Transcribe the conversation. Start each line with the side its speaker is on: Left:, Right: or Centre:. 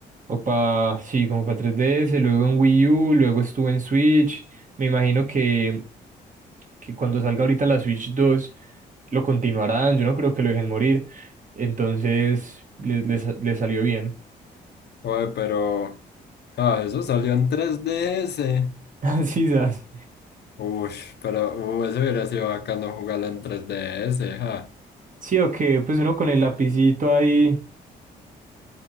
Right: o para, sí, como para 3DS, luego en Wii U, luego estuvo en Switch. Me imagino que, que cuando salga ahorita la Switch 2 lo continuarán, yo no creo que lo dejen morir. Entonces, les, les, les salió bien.
Left: Oye, pero... Ah, eso salió en tres D S.
Right: <laughs> Sí, sas.
Left: Uy, pero uh, eso hubiera sido bacano jugarla en 3DS, ja.
Right: Sí, o que pues uno con el lapicito ahí.